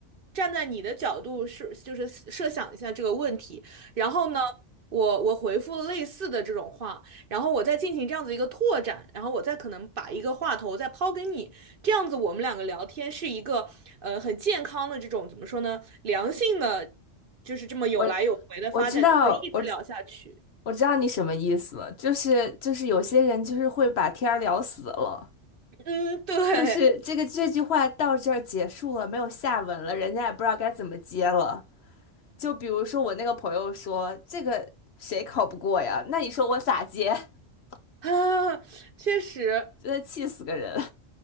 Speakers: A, on the right; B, on the left.
A: 站在你的角度是，就是设想一下这个问题，然后呢，我我回复类似的这种话，然后我再进行这样子一个拓展，然后我再可能把一个话头再抛给你，这样子我们两个聊天是一个呃很健康的这种怎么说呢，良性的，就是这么有来有回的发展，
B: 我我知道，
A: 就可以一直聊下去。
B: 我知我知道你什么意思了，就是就是有些人就是会把天儿聊死了，
A: 嗯，对
B: 就是这个这句话到这儿结束了，没有下文了，人家也不知道该怎么接了。就比如说我那个朋友说这个谁考不过呀？那你说我咋接？<laughs>
A: <laughs> 啊，确实，
B: 真的气死个人！